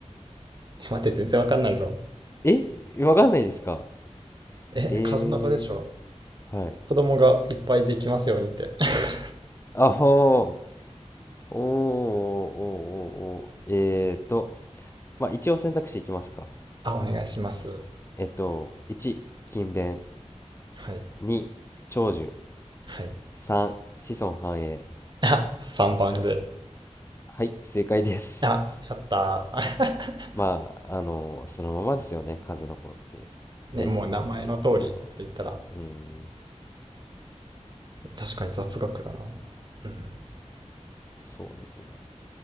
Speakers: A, on the right (about 40°); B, on the left (about 20°).
A: <laughs> え待って、全然わかんないぞ。
B: えわかんないですか
A: え、
B: え
A: 数の子でしょ。
B: ー、はい。
A: 子供がいっぱいできますようにって。<laughs>
B: あ、ほおーおーおーおーえーと、まあ、一応選択肢いきますか。
A: あ、お願いします。
B: えっと、1、勤勉。
A: はい。
B: 2、長寿。
A: はい。
B: 3、子孫繁栄。
A: あ、3番で。
B: はい、正解です。
A: あ、やったー。
B: <laughs> まあ、あの、そのままですよね、数の子って。
A: <laughs> ね、
B: で、
A: もう名前の通りって言ったら、
B: 子孫繁栄ってのは。うん、
A: 確かに雑学だな。うん。
B: そそうですね。